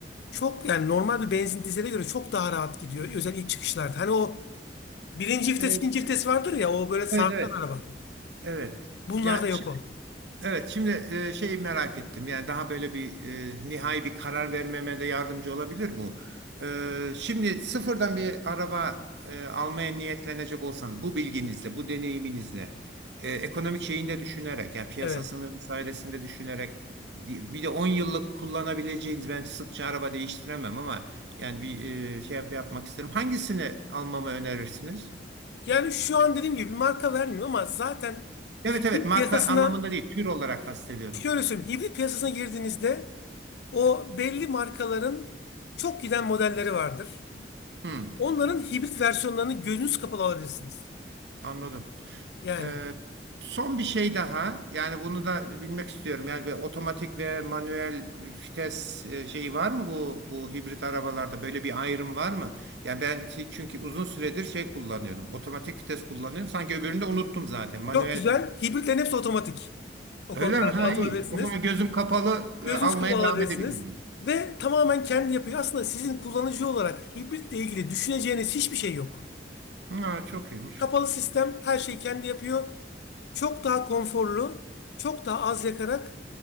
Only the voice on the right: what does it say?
Evet,
evet, evet.
Evet.
Ya şi-
evet şimdi e, şeyi merak ettim. Yani daha böyle bir e, nihai bir karar vermeme de yardımcı olabilir bu. E, şimdi sıfırdan bir araba e, almaya niyetlenecek olsanız bu bilginizle, bu deneyiminizle, e, ekonomik şeyini de düşünerek, yani piyasasını
vesairesini de düşünerek bir de 10 yıllık kullanabileceğiniz ben sıkça araba değiştiremem ama yani bir e, şey de yapmak isterim. Hangisini almamı önerirsiniz?
Evet
evet marka
anlamında değil tür olarak kastediyorum.
Hmm,
anladım.
Ee, son bir şey daha yani bunu da bilmek istiyorum. Yani bir otomatik ve manuel vites e, şeyi var mı bu bu hibrit arabalarda böyle bir ayrım var mı? Yani ben ti- çünkü uzun süredir şey kullanıyorum. Otomatik vites kullanıyorum. Sanki öbürünü de unuttum zaten. Manuel
öyle
mi? Ha
iyi.
O zaman gözüm kapalı e,
almaya
devam edebilirim.
Ha, çok iyiymiş.